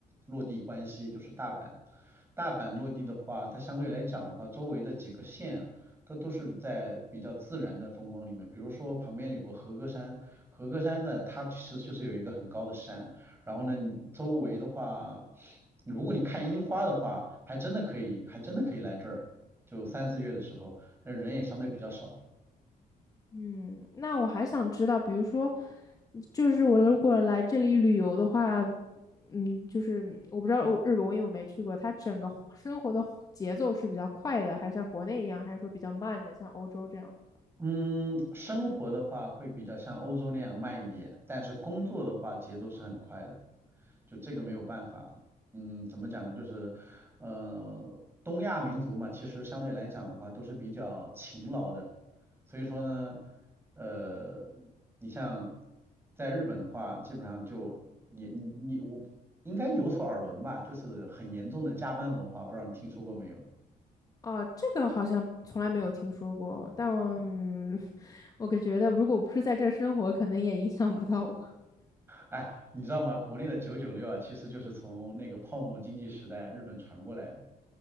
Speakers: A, on the right (about 15°); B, on the left (about 25°).
A: 落地关西，就是大阪。大阪落地的话，它相对来讲的话，周围的几个县啊，它都是在比较自然的风光里面。比如说旁边有个和歌山，和歌山呢，它其实就是有一个很高的山。然后呢，你周围的话，如果你看樱花的话，还真的可以，还真的可以来这儿，就三四月的时候，那人也相对比较少。
B: 嗯，那我还想知道，比如说，就是我如果来这里旅游的话，嗯，就是我不知道日本，我因为我没去过，它整个活生活的活节奏是比较快的，还是像国内一样，还是说比较慢的，像欧洲这样的？
A: 嗯，生活的话会比较像欧洲那样慢一点，但是工作的话节奏是很快的，就这个没有办法。嗯，怎么讲呢？就是，呃，东亚民族嘛，其实相对来讲的话都是比较勤劳的，所以说呢，呃，你像在日本的话，基本上就你你你我应该有所耳闻吧，就是很严重的加班文化，不知道你听说过没有？
B: 啊，这个好像从来没有听说过，但嗯 <laughs> 我感觉得如果不是在这生活，可能也影响不到我。<laughs>
A: 哎，你知道吗？国内的九九六啊，其实就是从那个泡沫经济时代日本传过来的。